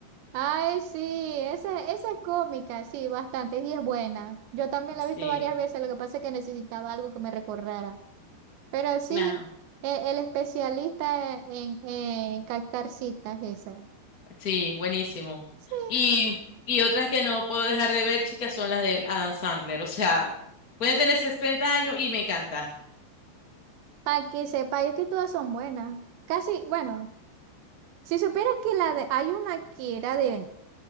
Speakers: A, on the right; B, on the left.
A: Ay, sí, esa, esa es cómica, sí, bastante, y es buena. Yo también la he visto
B: Sí,
A: varias veces, lo que pasa es que necesitaba algo que me recordara. Pero sí,
B: claro.
A: e- el, especialista en, en captar citas, esa.
B: Sí, buenísimo.
A: Sí,
B: Y, y otras que no puedo dejar de ver, chicas, son las de Adam Sandler. O sea, pueden tener 60 años y me encanta.
A: para que sepa, y es que todas son buenas. Casi, bueno. Si supieras que la de, hay una que era de,